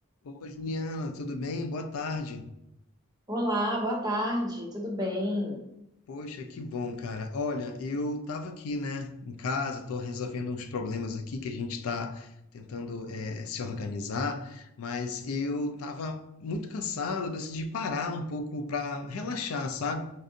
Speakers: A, on the left; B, on the right.
A: Opa, Juliana, tudo bem? Boa tarde.
B: Olá, boa tarde, tudo bem?
A: Poxa, que bom, cara. Olha, eu tava aqui, né, em casa, tô resolvendo uns problemas aqui que a gente tá tentando eh, se organizar, mas eu tava muito cansado, eu decidi parar um pouco pra relaxar, sabe?